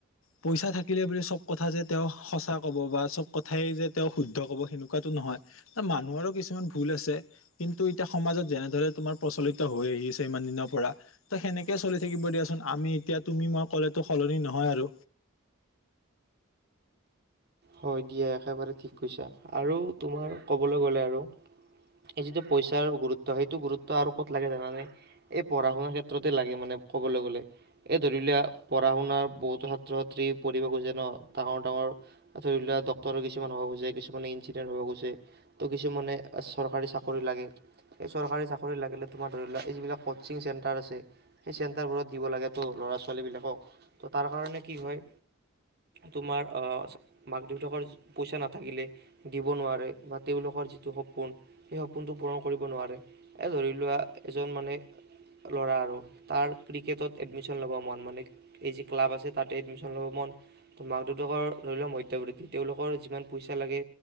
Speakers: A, on the left (about 70°); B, on the right (about 50°).
A: পইচা থাকিলে বুলি চব কথা যে তেওঁ সঁচা কব বা চব কথাই যে তেওঁ শুদ্ধ কব সেনেকুৱাতো নহয় ত মানুহৰো কিছুমান ভুল আছে। কিন্তু এতিয়া সমাজত যেনে ধৰে তোমাৰ প্ৰচলিত হৈ আহিছে ইমান দিনৰ পৰা ত সেনেকে চলি থাকিব দিয়াচোন। আমি এতিয়া তুমি মই ক'লেতো সলনি নহয় আৰু
B: হয় দিয়া একেবাৰে ঠিক কৈছা আৰু তোমাৰ ক'বলৈ গ'লে আৰু এই যিটো পইচাৰ গুৰুত্ব সেইটো গুৰুত্ব আৰু ক'ত লাগে জানানে। এই পঢ়া শুনাৰ ক্ষেত্ৰতে লাগে মানে ক'বলৈ গ'লে এই ধৰি লোৱা পঢ়া শুনাৰ বহুতো ক্ষেত্ৰত পৰিৱেশ যে ন ডাঙৰ ডাঙৰ ধৰি লোৱা ডক্তৰ কিছুমান হব খোজে কিছুমানে ইঞ্জিনিয়াৰ হব খোজে ত' কিছুমানে চৰকাৰী চাকৰি লাগ লাগে এই চৰকাৰী চাকৰি লাগিলে তোমাৰ ধৰি লোৱা এই যিবিলাক কচিং চেণ্টাৰ আছে সেই চেণ্টাৰবোৰত দিব লাগে তো ল'ৰা ছোৱালীবিলাক তো তাৰ কাৰণে কি হয় তোমাৰ মাক দেউতাকৰ পইচা নাথাকিলে দিব নোৱাৰে বা তেওঁলোকৰ যিটো সপোন সেই সপোন পূৰণ কৰিব নোৱাৰে এ ধৰি লোৱা এজন মানে ল'ৰা আৰু তাৰ ক্ৰিকেটত এডমিশ্যন ল'ব মন মানে এই ক্লাব আছে তাতে এডমিচন ল'ব মন তোৰ মাক দেউতাকৰ ধৰি লোৱা মই তেওঁলোকৰ যিমান পইচা লাগে